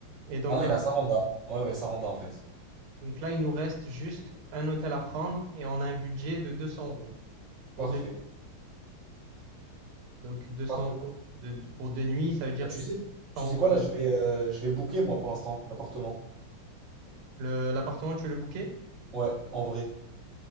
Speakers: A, on the right (about 85°); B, in the centre.
A: Et donc
B: Ah non,
A: là,
B: il a Saranda. Ouais, ouais, Saranda en fait.
A: donc là, il nous reste juste un hôtel à prendre et on a un budget de 200 euros pour
B: Parfait.
A: deux nuits. Donc 200
B: Parfait.
A: euros de- pour deux nuits, ça veut dire
B: Ah, tu
A: c'est
B: sais, tu
A: 100
B: sais
A: euros
B: quoi
A: la
B: là, je
A: nuit.
B: vais, euh, je vais booker moi pour l'instant, l'appartement.
A: Le- L'appartement, tu veux le booker?
B: Ouais, en vrai.